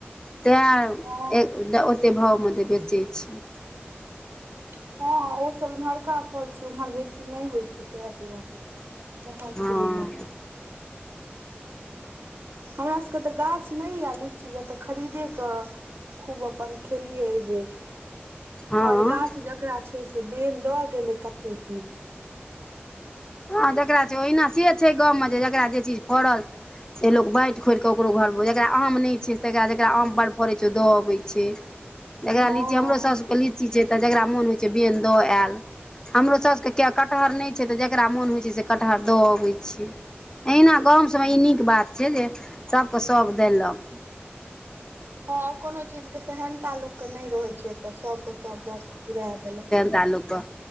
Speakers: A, on the left; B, on the right.
A: तैं
B: हँ
A: ए ओतेक भावमे तऽ बेचै छै।
B: हँ, ओसभ इम्हर काफल छै, उम्हर बेसी नहि होइ छै ताहि दुआरे। महापदैए।
A: हँ
B: हमरा सभके तऽ गाछ नहि यए लीचीके तऽ खरीदे कऽ। खूब अपन खेलिय एहि बेर।
A: हँ
B: और गाछ जकरा छै, से बेन दऽ गेलै कतेक नहि। ह।
A: हँ, जकरा छै, ओहिना से छै, गाममे जे जकरा जे चीज फड़ल। से लोक बाँटि खोकऽ ओकरो घरमे जकरा आम नहि छै, तरा जकरा आम बड़ फड़ै छै, ओ दब। हाइ छै, करा
B: हँ
A: लीची हमरो सभ के ली जकरा मोन होइ छैन द आयल हमरो सौसके कटहर नहि छै जकरा मोन होइ छै, से कटहर दऽ अबै छियै। अना गाम सभमे ई निक बात छै, जे सभके सभ देलक।
B: हँ, कोनो चीज के सहनता लोक के नहि रहै छै, तऽ सभके सभ दऽ के पुरा देलक।
A: का लोकके